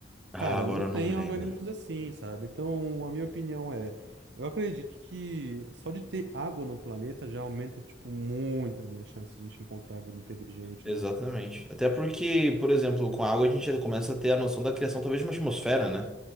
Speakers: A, in the centre; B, on the right (about 75°).
A: Ah,
B: Cara,
A: agora
B: não
A: eu
B: tem
A: não me lembro.
B: organismos assim, sabe? Então, a minha opinião é. Eu acredito que só de ter água no planeta já aumenta, tipo, muito ali a chance de a gente encontrar vida inteligente,
A: Exatamente.
B: né?
A: Até porque, por exemplo, com a água a gente já começa a ter a noção da criação talvez de uma atmosfera, né?